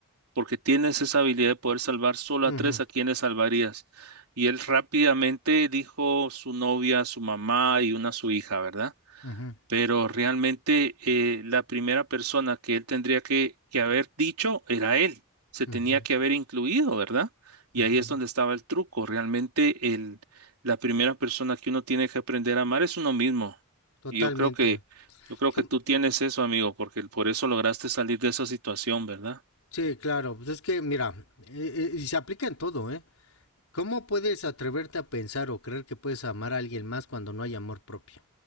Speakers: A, on the right; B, on the left.
A: porque tienes esa habilidad de poder salvar solo
B: ujú,
A: a tres, ¿a quienes salvarías? Y él rápidamente dijo su novia, su mamá y una su hija, ¿verdad?
B: ujú,
A: pero realmente eh, la primera persona que él tendría que, que haber dicho era él, se
B: ujú,
A: tenía que haber incluido, ¿verdad? Y
B: ujú.
A: ahí es donde estaba el truco, realmente el, la primera persona que uno tiene que aprender a amar es uno mismo.
B: Totalmente.
A: Y yo creo que, yo creo
B: Com-
A: que tú tienes eso, amigo, porque por eso lograste salir de esa situación, ¿verdad?
B: Sí, claro. Pues es que, mira, eh, eh, y se aplica en todo, ¿eh? ¿Cómo puedes atreverte a pensar o creer que puedes amar a alguien más cuando no hay amor propio?